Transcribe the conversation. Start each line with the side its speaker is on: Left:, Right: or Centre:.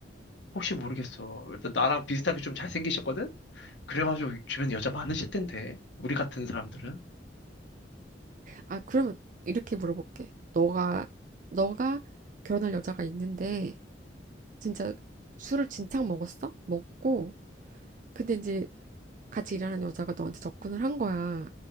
Left: 혹시 모르겠어. 일단 나랑 비슷하게 좀 잘생기셨거든? 그래가지고 주변에 여자 많으실 텐데. 우리 같은 사람들은.
Right: 아, 그러면 이렇게 물어볼게. 너가, 너가 결혼할 여자가 있는데, 진짜 술을 진창 먹었어? 먹고, 근데 이제 같이 일하는 여자가 너한테 접근을 한 거야.